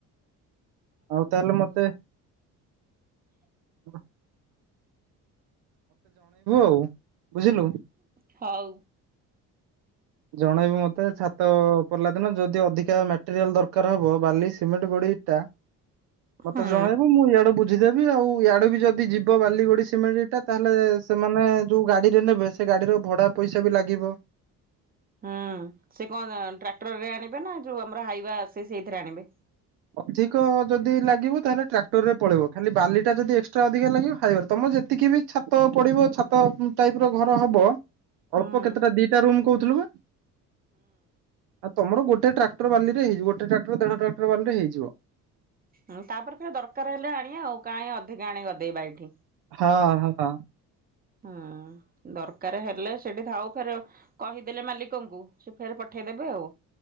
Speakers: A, on the right; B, on the right.
A: ଆଉ ତାହେଲେ ମତେ ହ ଆଉ। ବୁଝିଲୁ
B: ହଉ।
A: ଜଣେଇବୁ ମତେ ଛାତ ପଡିଲା ଦିନ ଯଦି ଅଧିକା ମେଟେରିଆଲ ଦରକାର ହବ ବାଲି, ସିମେଣ୍ଟ, ଗୋଡି, ଇଟା ମତେ
B: ହଁ।
A: ଜଣେଇବ ମୁଁ ଇଆଡେ ବୁ ବୁଝିଦେବି ଆଉ ଇଆଡ଼େ ବି ଯଦି ଯିବ ବାଲି, ଗୁଡ଼ି ସିମେ, ଣ୍ଟଟା ତାହେଲେ ସେମାନେ ଯେଉଁ ଗାଡ଼ିରେ ନେବେ ସ୍ ସେ ଗାଡିର ଭଡା ପଇସା ବି ଲାଗିବ।
B: ହୁଁ ସେ କଣ ଟ୍ରାକ୍ଟରରେ ଆଣିବେ ନା ଯୋଉ ଆମର ହାଇୱା ଆସେ ସେଇଥିରେ ଆଣିବେ।
A: ଅଧିକ ଯଦି ଲାଗିବ ତାହେଲେ ଟ୍ରାକ୍ଟର ରେ ପଳେଇବ ଖାଲି ବାଲି ଟା ଯଦି ଏକ୍ସଟ୍ରା ଅଧିକା ଲାଗିବ ହାଇବାର ତମେ ଯେତିକି ବି ଛାତ ପଡିବ ଛାତ ଟାଇପ ର ଘର ହବ
B: ହଁ।
A: ଅଳ୍ପ କେତେଟା ଦିଟା ରୁମ୍ କହୁଥିଲୁ ବା ଆ ତମର ଗୋଟୋ ଟ୍ରାକ ଟ୍ର ବାଲିରେ ହେଇଯ ଗୋଟେ ଟ୍ରାକ୍ର ଦେଢ ଟାକଟର ବାଲିରେ ହେଇଜିବ।
B: ହୁଁ ତାପରେ ଫେର ଦରକାର ହେଲେ ଆଣିବା ଆଉ କାହି ଅଧିକା ଆଣିକି ଗଦେଇବା ଏଇଠି।
A: ହଁ ହଁ।
B: ହୁଁ ଦରକାର ହେଲେ ସେଠି ଧାଉ ଫେର କହିଦେଲେ ମାଲିକଙ୍କୁ ସେ ଫେର ପଠେଇଦେବେ ଆଉ